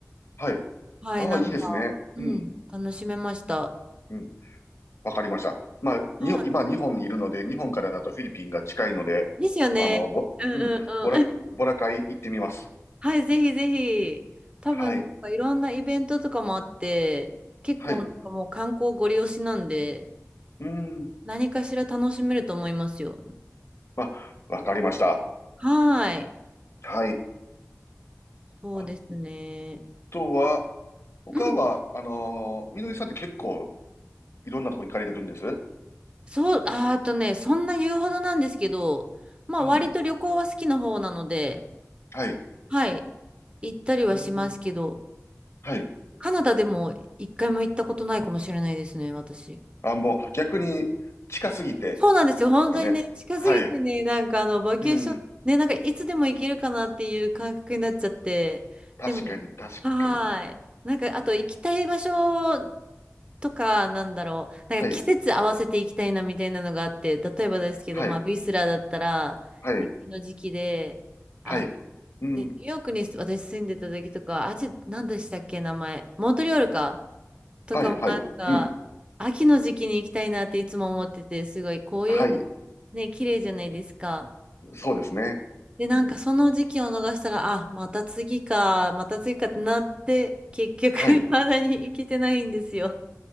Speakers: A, on the left; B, on the right.
A: はい。
B: はい、
A: ああ、
B: なんか、
A: いいですね。
B: うん、
A: うん。
B: 楽しめました。
A: うん。わかりました。まあ、に、
B: は
A: 今、日本にいるので、日本からだとフィリピンが近いので、
B: い。ですよね。
A: あの、ぼ、
B: うんうんうん。
A: うん、ボラ、ボラカイ行ってみます。
B: <laughs> はい、ぜひぜひ。多分、
A: はい。
B: なんかいろんなイベントとかもあって、結構なんかもう観光ご利用しなんで、
A: はい。うん。
B: 何かしら楽しめると思いますよ。
A: まあ、わかりました。
B: はい。
A: はい。
B: そうですね。
A: あとは、他は、
B: うん。
A: あのーみのりさんって結構いろんなとこ行かれてるんです。
B: そう、あーあとね、そんな言うほどなんですけど、まあ割と旅行は好きな方なので、
A: うん。はい。
B: はい。行ったりはしますけど、
A: うん。はい。
B: カナダでも一回も行ったことないかもしれないですね、私。
A: あ、もう逆に近すぎてで
B: そうなんですよ。本当にね、
A: すかね。
B: 近すぎてね、
A: はい。
B: なんかあの、バケーション、
A: うん。
B: ね、なんかいつでも行けるかなっていう感覚になっちゃって、
A: 確かに、
B: でも、
A: 確かに。
B: はーい。なんか、あと行きたい場所とか、なんだろう、なんか季節合わせて行きたいなみたいなのがあって、
A: はい、
B: 例えばですけど、
A: はい、
B: まあ、ウィスラーだったら、
A: はい、
B: 雪の時期で、
A: はい。
B: あ
A: うん、
B: で、ニューヨークに私住んでた時とか、あっ何でしたっけ、名前。モントリオールか。とかもなんか、
A: はい、はい、うん、
B: 秋の時期に行きたいなっていつも思ってて、すごい紅葉が
A: はい、
B: ね、綺麗じゃないですか。
A: そうですね。
B: で、なんかその時期を逃したら、
A: うん、
B: あ、また次か、また次かってなって、結局 <laughs>、
A: はい。
B: 未だに行けてないんですよ。